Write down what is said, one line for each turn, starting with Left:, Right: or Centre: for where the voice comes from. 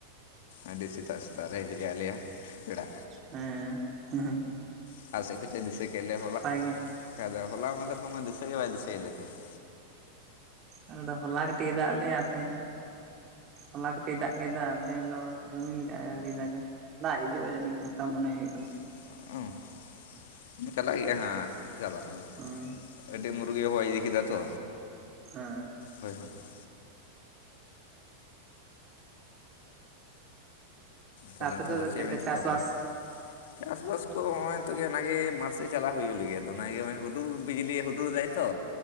Left: ᱟᱹᱰᱤ ᱥᱮᱛᱟᱜ ᱥᱮᱛᱟᱜ ᱨᱮᱭ ᱦᱮᱡᱼᱟ ᱟᱞᱮᱭᱟᱜ ᱯᱮᱲᱟ᱾
Right: ᱦᱮᱸ <unintelligible> ᱼᱼ
Left: ᱚᱠᱟ ᱥᱮᱫ ᱠᱷᱚᱱ ᱪᱚ ᱫᱤᱥᱟᱹ ᱠᱮᱫ ᱞᱮᱭᱟ ᱦᱚᱞᱟᱼᱼ
Right: ᱜᱮ
Left: <unintelligible> ᱦᱚᱞᱟ ᱢᱟᱦᱫᱮᱨ ᱠᱷᱚᱱ ᱢᱟ ᱫᱤᱥᱟᱹ ᱜᱮ ᱵᱟᱭ ᱫᱤᱥᱟᱹᱭᱮᱫ ᱞᱮ ᱛᱟᱦᱮᱸᱫᱼᱼ
Right: ᱟᱞᱫᱚ ᱦᱚᱞᱟ ᱠᱟᱹᱴᱤᱡᱼᱮ ᱫᱟᱜᱟᱜ ᱞᱮᱭᱟ ᱛᱮᱦᱮᱧᱼᱼ ᱦᱚᱞᱟ ᱠᱟᱹᱴᱤᱡ ᱫᱟᱜ ᱠᱮᱫᱟ ᱛᱮᱦᱮᱧ ᱫᱚ ᱨᱤᱢᱤᱞ ᱠᱟᱜᱟᱭ ᱟᱹᱣᱨᱤ ᱫᱟᱜᱟᱭ᱾ ᱫᱟᱜ ᱦᱤᱡᱩᱜᱼᱟ ᱡᱟᱹᱱᱤᱡ ᱚᱱᱠᱟ ᱢᱚᱱᱮ ᱦᱩᱭᱩᱜ ᱠᱟᱱᱟ᱾
Left: <unintelligible> <unintelligible> ᱼᱼ ᱪᱟᱞᱟᱜ ᱜᱮᱭᱟ <unintelligible> ᱪᱟᱞᱟᱜ ᱫᱚ <unintelligible> ᱼᱼ
Right: <unintelligible> ᱟᱨᱼᱼ
Left: ᱟᱹᱰᱤ <unintelligible> ᱮ ᱦᱚᱭ ᱤᱫᱤ ᱠᱮᱫᱟ ᱛᱚ᱾
Right: ᱦᱮᱸ᱾
Left: ᱦᱳᱭ <unintelligible> ᱼᱼ ᱛᱟᱦᱚᱞᱮ
Right: ᱟᱯᱮ
Left: ᱱᱮᱛᱟᱨ
Right: ᱥᱮᱫ
Left: ᱫᱚ ᱪᱮᱫ
Right: ᱞᱮᱠᱟ
Left: ᱵᱮᱱ ᱪᱤᱠᱟᱹ
Right: ᱪᱟᱥᱵᱟᱥ
Left: ᱵᱟᱲᱟᱭᱟ? ᱪᱟᱥᱵᱟᱥ ᱠᱚ ᱱᱚᱜᱼᱚᱭ ᱱᱤᱛᱚᱜ ᱜᱮ ᱢᱟᱴᱷ ᱥᱮᱫ ᱪᱟᱞᱟᱜ ᱦᱩᱭᱩᱜ ᱞᱟᱹᱜᱤᱫᱼ ᱟ ᱚᱱᱟᱜᱮ ᱱᱚᱜᱚᱭ ᱦᱩᱰᱩᱨ ᱵᱤᱡᱽᱞᱤ ᱦᱩᱰᱩᱨ ᱮᱫᱟᱭ ᱛᱚᱼᱼ